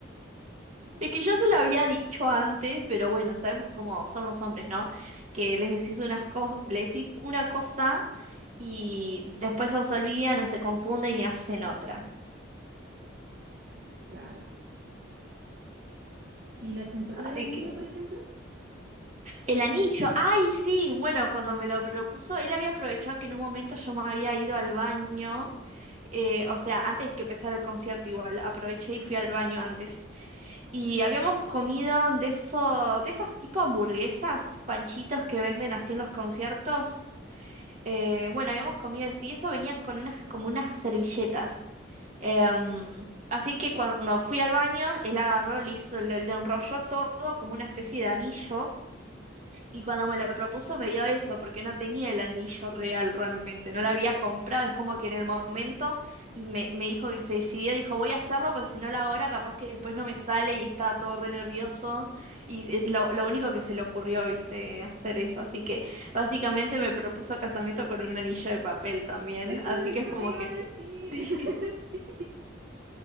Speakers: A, on the right; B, on the right.
A: Es que yo se lo había dicho antes, pero bueno, sabemos cómo son los hombres, ¿no? Que les decís unas co- le decís una cosa y después os olvidan o se confunden y hacen otra.
B: Claro. ¿Y la chuntó
A: Así
B: con el anillo,
A: que...
B: por ejemplo?
A: El anillo, ay, sí, bueno, cuando me lo propuso, él había aprovechado que en un momento yo me había ido al baño, eh, o sea, antes que empezara el concierto igual, aproveché y fui al baño antes. Y habíamos comido de eso, de esas tipo hamburguesas, panchitos que venden así en los conciertos. Eh, bueno, habíamos comido eso y eso venía con unas, como unas servilletas. Em, así que cuando fui al baño, él agarró, le hizo, le, le enrolló todo como una especie de anillo y cuando me lo propuso me dio eso, porque no tenía el anillo real realmente, no lo había comprado, es como que en el momento me, me dijo que se decidió, dijo voy a hacerlo, porque si no lo hago ahora capaz que después no me sale y estaba todo re nervioso y es lo, lo único que se le ocurrió, viste, hacer eso, así que básicamente me propuso casamiento con un anillo de papel también,
B: Eso
A: así
B: mismo
A: que es como
B: te iba
A: que
B: a decir.
A: <laughs> sí,
B: <laughs> Sí,